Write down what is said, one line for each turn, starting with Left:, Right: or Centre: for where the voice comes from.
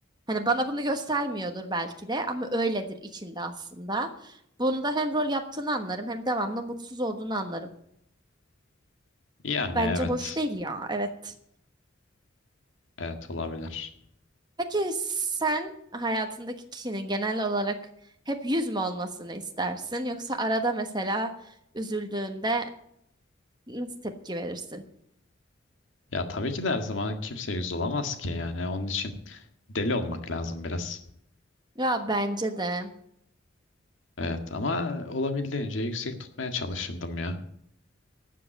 Right: Hani bana bunu göstermiyordur belki de ama öyledir içinde aslında. Bunda hem rol yaptığını anlarım hem devamlı mutsuz olduğunu anlarım.
Left: Yani
Right: Bence
Left: evet.
Right: hoş değil ya, evet.
Left: Evet olabilir.
Right: Peki sen hayatındaki kişinin genel olarak hep yüz mü olmasını istersin yoksa arada mesela üzüldüğünde nasıl tepki verirsin?
Left: Ya tabii ki de her zaman kimse yüz olamaz ki yani onun için deli olmak lazım biraz.
Right: Ya bence de
Left: Evet ama olabildiğince yüksek tutmaya çalışırdım ya.